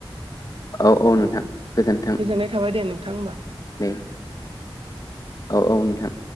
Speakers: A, on the left; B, on the right.
A: औ औ
B: अ
A: नोंथां गोजोन्थों।
B: गोजोननाय थाबाय दे नोंथां होमबा
A: दे औ औ नोंथां